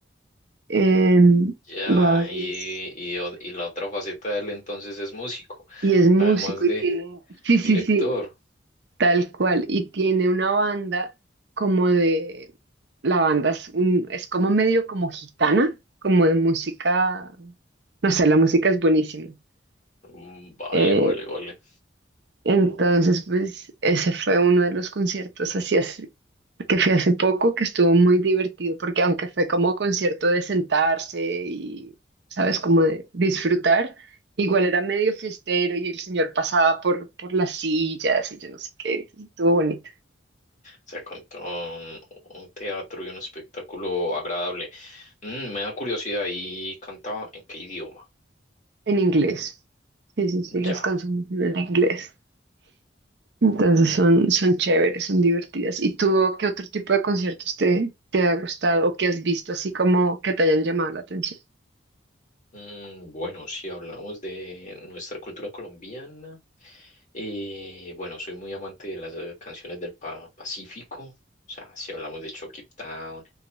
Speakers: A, on the right; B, on the left.
A: Em,
B: Ya,
A: voy a verlos.
B: y, y, o- y la otra faceta de él entonces es músico,
A: Y es músico
B: además
A: y
B: de
A: tiene. Sí,
B: director.
A: sí, sí. Tal cual, y tiene una banda como de, la banda es, un- es como medio como gitana, como de música, no sé, la música es buenísima.
B: Mm, Vale,
A: Eh,
B: vale, vale.
A: entonces, pues ese fue uno de los conciertos así hace- que fui hace poco, que estuvo muy divertido, porque aunque fue como concierto de sentarse y, sabes, como de disfrutar, igual era medio fiestero y el señor pasaba por, por las sillas y yo no sé qué, entonces estuvo bonito.
B: O sea, con todo un, un teatro y un espectáculo agradable. Mm, me da curiosidad, ¿y cantaba en qué idioma?
A: En inglés. Sí, sí, sí, las
B: Ya.
A: canciones son en inglés. Entonces son, son chéveres, son divertidas. ¿Y tú qué otro tipo de conciertos te, te ha gustado o que has visto así como que te hayan llamado la atención?
B: Mm, bueno, si hablamos de nuestra cultura colombiana, eh, bueno, soy muy amante de las eh, canciones del Pa- Pacífico, o sea, si hablamos de Chucky Town